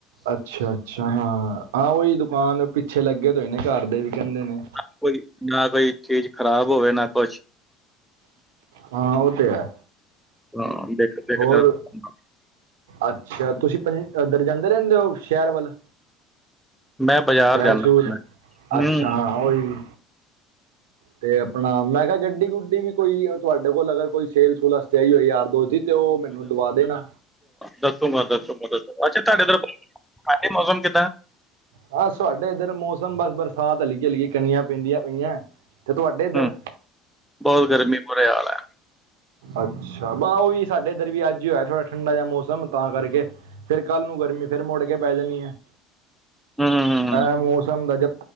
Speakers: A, on the right; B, in the centre.
A: ਅੱਛਾ-ਅੱਛਾ ਹਾਂ ਆਹ ਉਹੀ ਦੁਕਾਨ ਪਿੱਛੇ ਲੱਗੇ ਤਾਂ ਹੋਏ ਨੇ ਘਰ ਦੇ ਵੀ। ਕਹਿੰਦੇ ਨੇ
B: ਨਾ ਕੋਈ ਨਾ ਕੋਈ ਚੀਜ਼ ਖ਼ਰਾਬ ਹੋਵੇ ਨਾ ਕੁਛ।
A: ਹਾਂ ਉਹ ਤੇ ਹੈ।
B: <unintelligible>
A: ਹੋਰ ਅੱਛਾ ਤੁਸੀਂ ਪੰ ਇਧਰ ਜਾਂਦੇ ਰਹਿੰਦੇ ਹੋ ਸ਼ਹਿਰ ਵੱਲ।
B: ਮੈਂ ਬਾਜ਼ਾਰ
A: ਸ਼ਹਿਰ
B: ਜਾਂਦਾ
A: ਸ਼ੂਰ
B: ਹੁਨਾ ਹੂੰ
A: ਅੱਛਾ ਹਾਂ ਓਹੀ। ਤੇ ਆਪਣਾ ਮੈਂ ਕਿਹਾ ਗੱਡੀ ਗੁੱਡੀ ਵੀ ਕੋਈ ਤੁਹਾਡੇ ਕੋਲ ਅਗਰ ਕੋਈ ਸੇਲ ਸੂਲ ਆਸਤੇ ਆਈ ਹੋ ਯਾਰ ਦੋਸਤ ਦੀ। ਤੇ ਉਹ ਮੈਨੂੰ ਦਵਾ ਦੇਣਾ।
B: ਦੱਸਗਾ ਦ ਦੱਸ ਅੱਛਾ ਤੁਹਾਡੇ ਸਾੇ ਮ ਕਿ
A: ਹਾਂ ਤੁਹਾਡੇ ਇੱਧਰ ਮੌਸਮ ਬਸ ਬਰਸਾਤ ਹਲੀਕ ਹਲਕ ਕੰਨੀਆਂ ਪੈਂਦੀਆਂ ਪਈਆਂ ਤੇ ਤੁਹਾਡੇ ਇਧਰ
B: ਹਮ ਬਹੁਤ ਗਰਮੀ ਬੁਰ ਹਾਲ ਹੈ
A: ਅੱਛਾ ਵ ਉਹੀ ਸਾਡੇ ਇੱਧਰ ਵੀ ਅੱਜ ਹੀ ਹੋਇਆ ਥੋੜਾ ਠੰਡਾ ਜਾਂ ਮੌਸਮ ਤਾਂ ਕਰਕੇ ਫੇਰ ਕੱਲ੍ਹ ਨੂੰ ਗਰਮੀ ਫਿਰ ਮੁੜ ਕੇ ਪੈ ਜਾਂਣੀ ਹੈ
B: ਹੂੰ ਹੂੰ ਹੂੰ
A: ਅ ਮੌਸਮ ਦਾ ਜ